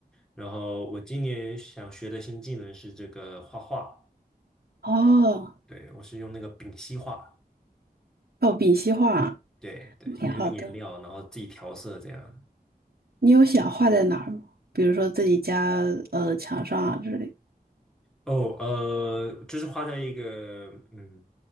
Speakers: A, in the centre; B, on the right.
A: 然后我今年想学的新技能是这个画画，
B: 哦，
A: 对，我是用那个丙烯画。
B: 哦，丙烯画，
A: 对对，就用颜料，
B: 挺好的。
A: 然后自己调色这样。
B: 你有想画在哪儿吗？比如说自己家呃墙上啊之类的。
A: 哦，呃，就是画在一个，嗯，